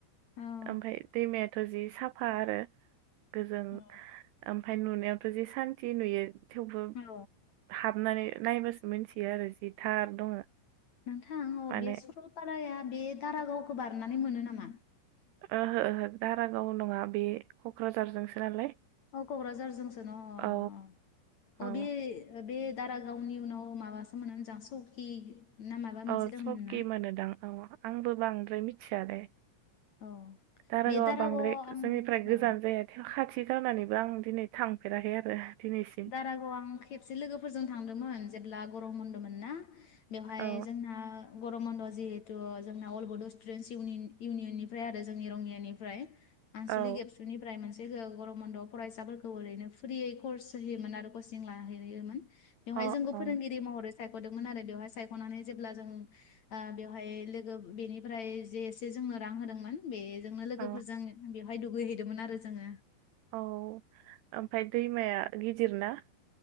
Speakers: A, on the left; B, on the right.
A: औ
B: ओमफ्राय दैमायाथ' जि साफा आरो गोजों
A: औ
B: ओम फाय नुनायावथ' जि सान्थि नुयो थेवबो
A: औ
B: हाबनानै नायबासो मिथियो आरो जि थार दङ
A: नोंथां औ
B: माने
A: बे सब सलपाराया बे दारागावखौ बारनानै मोनो नामा?
B: ओहो ओहो दारागाव नंङा बे क'क्राझारजोंसो नालाय।
A: अ क'क्राझारजोंसो न अ
B: औ औ
A: अ बे बे दारागावनि उनाव माबासो मोनो नोजां स'कि ना माबा मोनसे
B: औ
A: दंमोन
B: सकि
A: ना?
B: मोनोदां औ आंबो बांद्राय मिथिया लै।
A: औ
B: दारागावा
A: बे दारागावआव
B: बांद्राय
A: आं
B: जोंनिफ्राय गोजान
A: औ
B: जाया। खाथि गानानैबो आं दिनै थांफेराखै आरो दिनैसिम।
A: दारागाव आं खेबसे लोगोफोरजों थांदोंमोन जेब्ला गरम बनदोंमोन ना बेवहाय
B: औ
A: जोंना गरम बन्द'आ जिहेतु जोंना अल बड' स्टुडेन्टस इउनि-इउनियननिफ्राय आरो जोंनि रंङियानिफ्राय आनस'लिक
B: औ
A: एबसुनिफ्राय मोनसे ओ गरमन्द'आव फरायसाफोरखौ ओरैनो फ्रियै कर्स होयोमोन आरो कचिं लाहैयोमोन बेवहाय
B: अ
A: जोंखौ
B: अ
A: फोरोंगिरि महरै सायख'दोंमोन आरो बेवहाय सायख'नानै जेब्ला जों ओ बेवहाय लोगो बेनिफ्राय जे एसे जोंनो रां होदोंमोन बेजोंनो लोगोफोरजों
B: औ
A: बेवहाय दुगैहैदोंमोन आरो जोङो।
B: औ ओमफाय दैमाया गिदिर ना?